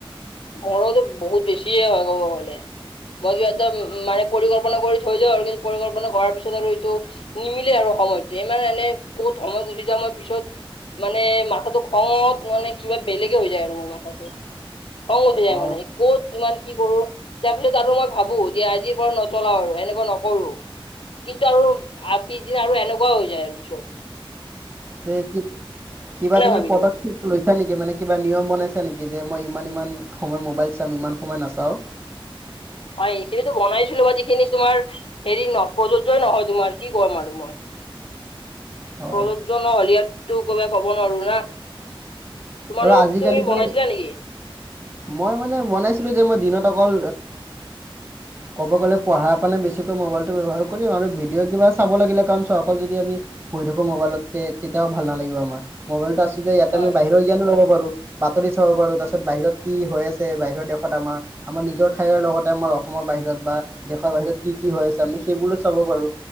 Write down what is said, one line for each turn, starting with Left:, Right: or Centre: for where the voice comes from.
Left: ঘৰতটো বহুত বেছিয়ে হয়, ক'ব গ'লে মই কিবা এতি মানে পৰিকল্পনা কৰি থৈ যাওঁ আৰু কিন্তু পৰিকল্পনা কৰাৰ পিছত আৰু এইটো নিমিলে আৰু সময়টো ই এনে ক'ত সময় গুচি যায় মই পিছত মানে মাথাটো খঙত মানে কিবা বেলেগে আৰু ম'ম' খাইছোঁ খং উঠি যায়
Right: অ
Left: মানে কত কিমান কি কৰোঁ, তাৰপিছত আৰু মই ভাবোঁ যে আজিৰ পৰা নচলাওঁ আৰু। এনেকুৱা নকৰোঁ, কিন্তু আৰু পিছদিনা আৰু এনেকুৱাও হৈ যায় আৰু চব
Right: তে কিবা তুমি
Left: ভাবিলো
Right: পদক্ষেপ লৈছা নেকি মানে কিবা নিয়ম বনাইছা নেকি যে মই ইমান ইমান সময় মোবাইল চাম ইমান সময় নাচাওঁ
Left: হয় এইখিনিতো বনাইছিলোঁ বা যিখিনি তোমাৰ হেৰি ন প্ৰযোজ্যই নহয় তোমাৰ কি ক'ম আৰু মই
Right: অ
Left: প্ৰযোজ্য ন'হলিয়াততটো ক'ব ক'ব নোৱাৰোঁ না তোমাৰ
Right: আৰু
Left: লগত,
Right: আজিকালি
Left: তুমি
Right: যে
Left: বনাইছিলা নেকি?
Right: মই মানে বনাইছিলোঁ যে মই দিনত অকল ক'ব গ'লে পঢ়াৰ কাৰণে বেছি মোবাইলটো ব্যৱহাৰ কৰিম আৰু ভিডিঅ' কিবা চাব লাগিলে কাৰণ চোৱা অকল যদি আমি পঢ়ি থাকোঁ মোবাইলতে তেতিয়া ভাল নালাগিব আমাৰ, মোবাইলত আতে ইয়াতে
Left: হয়
Right: আমি বাহিৰৰ জ্ঞানো ল'ব পাৰোঁ, বাতৰি চাব পাৰোঁ, তাৰপিছত বাহিৰত কি হৈ আছে বাহিৰৰ দেশত আমাৰ আমাৰ নিজৰ ঠাইৰ লগতে আমাৰ অসমৰ বাহিৰত বা দেশৰ বাহিৰত কি কি হৈ আছে আমি সেইবোৰো চাব পাৰোঁ।